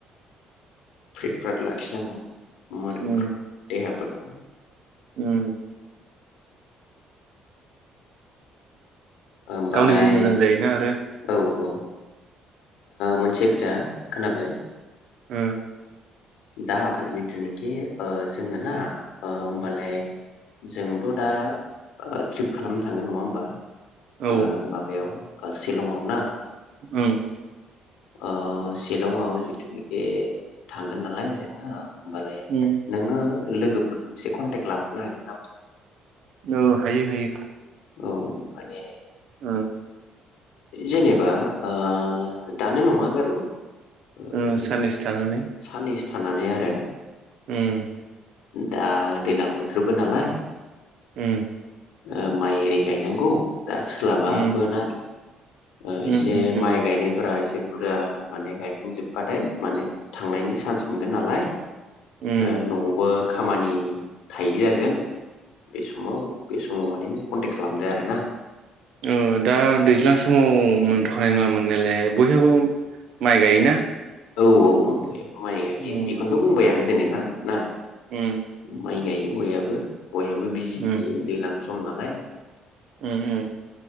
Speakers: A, on the left; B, on the right.
A: फ्रिट फ्राट लाखिनांगौ मोदोमफोरखौ
B: उम
A: देहाफोरखौ।
B: उम।
A: होमबालाय
B: गावनिबो मोजां जायोना आरो
A: औ औ मोनसे खोथा खोनाबाय?
B: उम।
A: दा जिथुनिखि ओ जोंङो ना होमबालाय जोंथ' दा ट्रिप खालामनो थांगोन नङा होमबा?
B: औ
A: ओ माबायाव सिलंआव ना?
B: औ।
A: ओ सिलंआव जिथुनिखि थांगोन नालाय जोंङो होमबालाय
B: उम
A: नोंङो लोगोफोरखौ एसे कनटेक्ट लाहरनो हागोन नामा?
B: औ हायो हायो।
A: औ माने
B: औ।
A: जेनेबा ओ दानो नङा बारु ओरैनो
B: ओ साननैसो थानानै।
A: साननैसो थानानै आरो।
B: उम।
A: दा दैज्लां बोथोरबो नालाय
B: उम।
A: ओ माइ आरि गायनांगौ दा सोलाबा
B: उम
A: बोना। ओ
B: उम
A: एसे
B: उम उम
A: माइ गायनायफोरा एसे बुरजा माने गायखांजोबबाथाय माने थांनायनि सान्स मोनगोन नालाय।
B: उम
A: ओ नआवबो खामानि थायि जागोन बे समाव बे समाव माने नों कन्टेक्ट खालामदो आरो ना।
B: ओ दा दैज्लां समाव मोनथ'खानाय नङा मोननायालाय बयहाबो माइ गायोना।
A: औ औ माइ गायो
B: उम
A: बेखौनोथ' बुंबाय आं जेनेबा ना।
B: उम।
A: माइ गायो बयहाबो बयहाबो बिजि
B: उम
A: थायो दैज्लां सम नालाय।
B: उम उम।